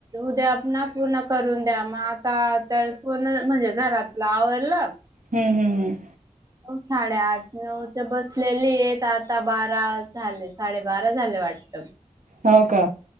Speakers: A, on the right; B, on the right.
A: उद्या पुण पूर्ण करून द्या मग आता पूर्ण म्हणजे घरातलं आवरल.
B: हम्म हम् हम्
A: हो, साडेआठ नऊच बसलेली आहेत. आता बारा झाले साडेबारा झाले वाटत
B: हो का,